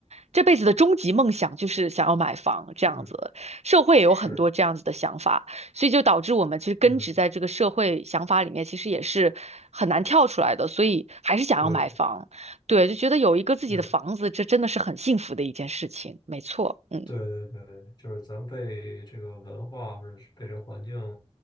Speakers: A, on the right; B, on the left.
A: 这辈子的终极梦想就是想要买房这样子，
B: 嗯，
A: 社会也有很多这样子的想法，
B: 是，
A: 所以就导致我们其实根植在这个社会想法里面，
B: 嗯，
A: 其实也是很难跳出来的，所以还是想要买房。
B: 对，
A: 对，就觉得有一个自己的房子，
B: 对，
A: 这真的是很幸福的一件事情。没错，嗯，
B: 对，对，对，就是咱们被这个文化或者是被这个环境